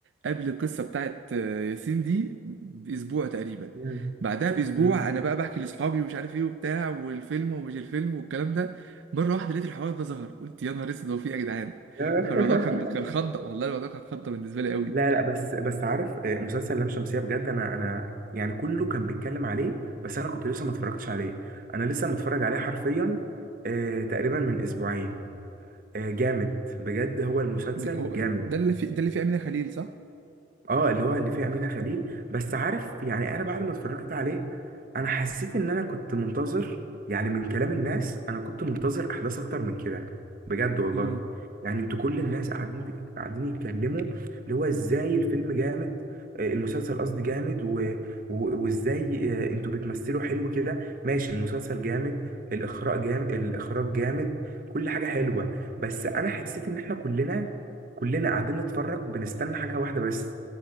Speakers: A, on the right (about 80°); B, on the right (about 45°).
A: قبل القصه بتاعت آه، ياسين دي باسبوع تقريبا
B: مم.
A: بعدها باسبوع
B: مم.
A: انا بقى بحكي لاصحابي ومش عارف ايه وبتاع والفيلم ومش الفيلم والكلام ده مره واحده لقيت الحوار ده ظهر قلت يا نهار اسود هو في ايه يا جدعان
B: <laughs>
A: فالموضوع كان كان خضه والله الموضوع كان خضه بالنسبه لي قوي
B: لا لا بس بس عارف آه، مسلسل لام شمسية بجد انا انا يعني كله كان بيتكلم عليه بس انا كنت لسه ما اتفرجتش عليه انا لسه متفرج عليه حرفيا آه، تقريبا من اسبوعين آه، جامد بجد هو المسلسل
A: ج- هو-
B: جامد
A: ده اللي في ده اللي فيه امينه خليل صح
B: اه اللي هو اللي فيه امينه خليل بس عارف يعني انا بعد ما اتفرجت عليه انا حسيت ان انا كنت منتظر يعني من كلام الناس انا كنت منتظر احداث اكتر من كده بجد والله
A: امم
B: يعني انتوا كل الناس قاعدين قاعدين يتكلموا اللي هو ازاي الفيلم جامد آه، المسلسل قصدي جامد و... و... وازاي آه، انتوا بتمثلوا حلو كده ماشي المسلسل جامد الاخراج جامد الاخراج جامد كل حاجه حلوه بس انا حسيت ان احنا كلنا كلنا قاعدين نتفرج بنستنى حاجه واحده بس